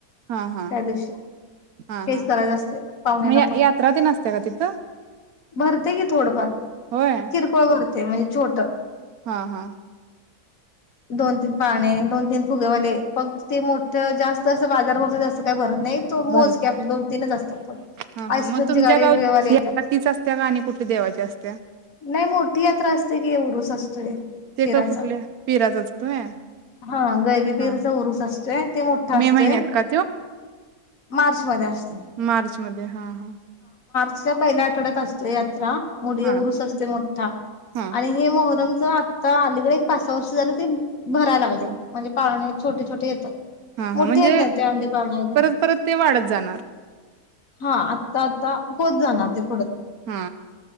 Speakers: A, on the right; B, on the left.
A: हा हा.
B: त्या दिवशी
A: हा
B: हेच
A: हा
B: करायचं असते पाहुण्यांना
A: मग या यात्रा तेन असत्या काय तिथं?
B: भरतंय की थोडंफार.
A: होय
B: किरकोळ भर ते म्हणजे छोट.
A: हा हा.
B: दोन तीन पाळणे दोन तीन फुगेवाले फक्त ते मोठं जास्त असं बाजार भरतो तसं काय भरत नाही तो मोजके
A: भरत
B: आपले दोन तीनच असतात फक्त
A: हा
B: आईस्क्रीमचे
A: हा मग तुमच्या
B: गाडे
A: गावची
B: भेळवाले येतात.
A: यात्रा तीच असत्या का आणि कुठली देवाची असत्या
B: नाही मोठी यात्रा असते कि उरूस असतोय
A: ते
B: पिराचा?
A: का कुठल्या पिराचाच होय
B: हा गैरी
A: हा
B: पीरचा उरुस असतोय ते मोठा
A: मे
B: असतोय.
A: महिन्यात का
B: मार्च मध्ये अस
A: मार्चमध्ये हा हा.
B: च्या पहिल्या आठवड्यात असते यात्रा. मधे
A: हा
B: उरुस असतय मोठ्ठा
A: हा
B: आणि हे मोहरम तर आता अलीकडे एक पाच पाच सहा वर्ष झाले ते भरायला लागलय म्हणजे पाळणे छोटे छोटे येतात.
A: हा
B: मोठे
A: हा म्हणजे
B: येत नाही ते अंडी पाळणे वगैरे
A: परत परत ते वाढत जाणार.
B: हा आत्ता आता होत जाणार ते पुढ.
A: हा.